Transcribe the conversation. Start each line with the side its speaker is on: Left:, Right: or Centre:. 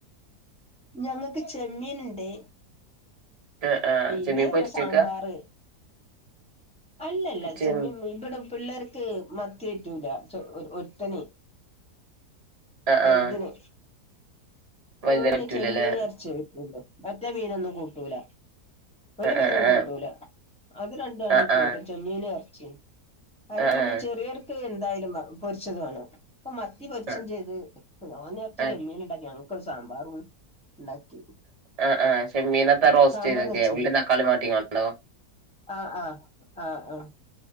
Centre: ഞങ്ങക്ക് ചെമ്മീന്ണ്ട്
Right: ആഹ് ആഹ്
Centre: പിന്നെ
Right: ചെമ്മീൻ പൊരിച്ചക്കാ
Centre: സാമ്പാറ് അല്ലല്ലാ
Right: ചെമ്മ്
Centre: ചെമ്മീം ഇബ്ടെ പിള്ളേർക്ക് മത്തി പെറ്റൂല ചൊ ഒര് ഒര്ത്തന്
Right: ആഹ്
Centre: വൽത്‌ന്
Right: ആഹ് വലുതിന്
Centre: ഓന്
Right: പറ്റൂലല്ലേ
Centre: ചെമ്മീനും എറച്ച്യേ കയ്ക്കൊള്ളൂ മറ്റേ മീനൊന്നും കൂട്ടൂലാ ഒര്
Right: ആഹ്
Centre: മീനും
Right: ആഹ്
Centre: കൂട്ടൂലാ അത് രണ്ടു ആണേ
Right: ആഹ് ആഹ്
Centre: കൂട്ടും ചെമ്മീനും എർച്ചിം അതിനു
Right: ആഹ്
Centre: മാണ്ടി ചെറിയർക്ക് എന്തായാലും വാ പൊരിച്ചത് വേണം ഇപ്പം മത്തി പൊരിച്ചും
Right: ആഹ്
Centre: ചെയ്ത് ഓന് കൊറച്ച്
Right: ആഹ്
Centre: ചെമ്മീനും ഉണ്ടാക്കി ഞങ്ങക്കൊരു സാമ്പാറും ഉണ്ടാക്കി
Right: ആഹ് ആഹ് ചെമ്മീനത്താ റോസ്റ്റ്
Centre: സാമ്പാർ
Right: ചെയ്തക്കെ
Centre: വെച്ച്
Right: ഉള്ളീം തക്കാളീം വാട്ടിക്കാണ്ടോ
Centre: ആഹ് ആഹ് ആഹ് ആഹ്